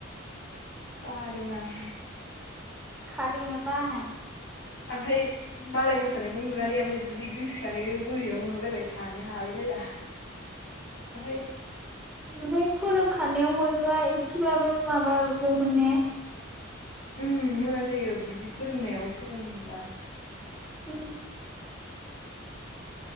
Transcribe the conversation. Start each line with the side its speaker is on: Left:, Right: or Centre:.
Left: बादों आं।
Centre: खालि बेनाव बानाय।
Left: ओमफ्राय मालाय मोसानायखौ नुनानै ओमफाय जि गोसोखानो बोरैबा मोनहरलायबाय थानो हालायलायला ओमफाय
Centre: ओमफाय फोरोंखानायाव मोनोबा इसेबाबो माबागौमोन ने।
Left: ओम मोजां जायो बिदि फोरोंनायाव सोलोंनो मोनबा।
Centre: उम